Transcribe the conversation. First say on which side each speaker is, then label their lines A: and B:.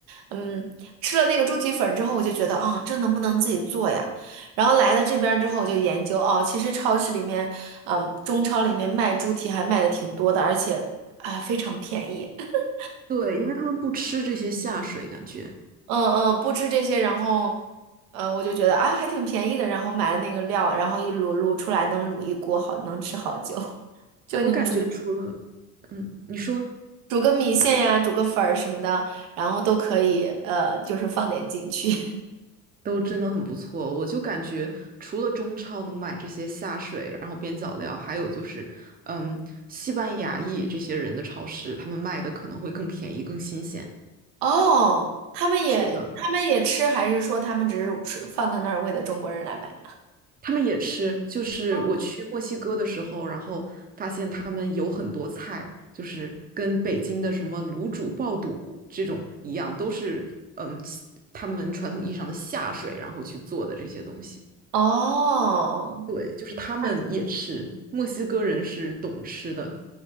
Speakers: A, on the right; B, on the right.
A: 嗯，吃了那个猪蹄粉之后，我就觉得啊，这能不能自己做呀？然后来了这边儿之后，我就研究哦，其实超市里面，嗯，中超里面卖猪蹄还卖的挺多的，而且啊非常便宜。<laughs>
B: 对，因为他们不吃这些下水，感觉
A: 嗯嗯，不吃这些，然后，嗯，我就觉得啊还挺便宜的，然后买了那个料，然后一卤卤出来能卤一锅好，能吃好久。<laughs> 就您煮。
B: 我感觉除了，嗯，你说
A: 煮个米线呀，煮个粉儿什么的，然后都可以，呃，就是放点进去。<laughs>
B: 都真的很不错。我就感觉除了中超能买这些下水，然后边角料，还有就是，嗯，西班牙裔这些人的超市，他们卖的可能会更便宜、更新鲜。
A: 哦，他们也他们也吃，
B: 是的。
A: 还是说他们只是吃放在那儿为了中国人来买？
B: 他们也吃，就是我去墨西哥的时候，
A: 嗯，
B: 然后发现他们有很多菜，就是跟北京的什么卤煮、爆肚这种一样，都是嗯，他们传统意义上的下水，然后去做的这些东西。
A: 哦
B: 对，就是他们也吃，
A: 那
B: 墨西哥人是懂吃的。